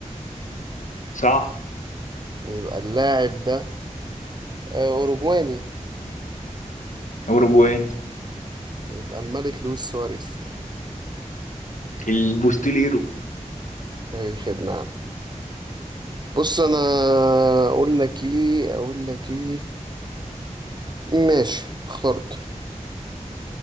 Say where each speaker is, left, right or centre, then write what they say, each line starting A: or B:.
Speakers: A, on the left; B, on the right.
A: صح
B: يبقى اللاعب ده آه، أوروجواني
A: اوروجواني
B: يبقى الملك لويس سواريز
A: البوستيليرو
B: أي خدمة يا عم. بص أنا أقول لك إيه أقول لك إيه ماشي اخترت